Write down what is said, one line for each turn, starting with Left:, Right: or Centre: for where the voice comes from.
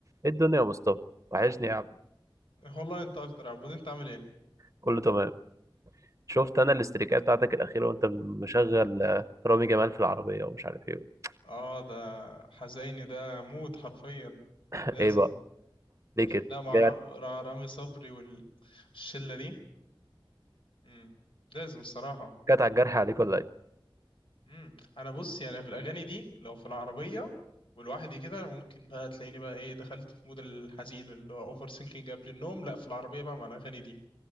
Right: ايه الدنيا يا مصطفى وحشني يا عم
Left: والله انت اكتر يا عبود انت عامل ايه
Right: كله تمام شفت انا الاستريكات بتاعتك الاخيره وانت مشغل آه، رامي جمال في العربيه ومش عارف ايه
Left: اه ده حزيني ده موت حرفيا
Right: <laughs>
Left: لازم
Right: ايه بقى ليه كده
Left: لا مع
Right: جات
Left: را- را- رامي صبري والشلة دي امم لازم الصراحة
Right: جات على الجرح عليك ولا ايه
Left: امم انا بص يعني في الاغاني دي لو في العربية ولوحدي كده ممكن بقى تلاقيني بقى ايه دخلت في مود الحزين اللي هو اوفر سينكينج قبل النوم لا في العربية بقى مع الاغاني دي